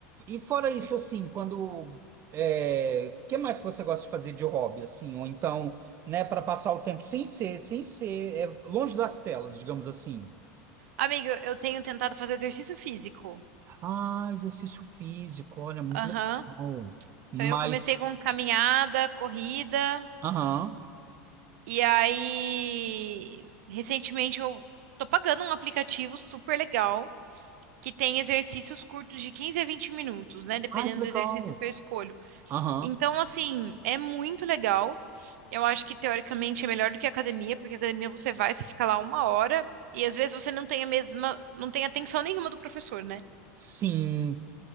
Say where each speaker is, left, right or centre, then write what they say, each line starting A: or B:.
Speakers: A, on the right; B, on the right.
A: e fora isso, assim, quando. É, que mais que você gosta de fazer de hobby, assim? Ou então, né, para passar o tempo sem ser, sem ser, é, longe das telas, digamos assim.
B: Amigo, eu tenho tentado fazer exercício físico.
A: Ah, exercício físico, olha, muito
B: Aham.
A: legal. Mas.
B: Então eu comecei com caminhada, corrida.
A: Aham.
B: E aí, recentemente eu tô pagando um aplicativo super legal que tem exercícios curtos de 15 a 20 minutos, né? Dependendo
A: Ai, que legal.
B: do exercício que eu escolho.
A: Aham.
B: Então, assim, é muito legal. Eu acho que teoricamente é melhor do que a academia, porque a academia você vai, você fica lá uma hora e às vezes você não tem a mesma, não tem atenção nenhuma do professor, né?
A: Sim.